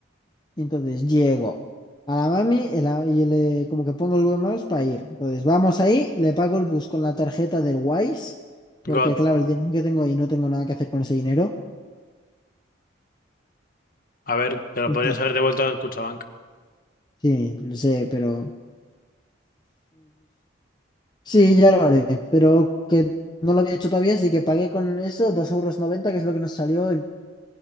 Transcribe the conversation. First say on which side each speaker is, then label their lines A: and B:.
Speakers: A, on the left; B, on the left.
A: y entonces llego a la mami y, la- y le, como que pongo el Google Maps para ir. Entonces vamos ahí, le pago el bus con la tarjeta del Wise, porque
B: God.
A: claro, el dinero que tengo ahí no tengo nada que hacer con ese dinero.
B: A ver, te lo
A: Entonces,
B: podrías haber devuelto al Cuchabank.
A: sí, lo sé, pero... Sí, ya lo haré, pero que no lo había hecho todavía, así que pagué con eso dos euros, noventa que es lo que nos salió el,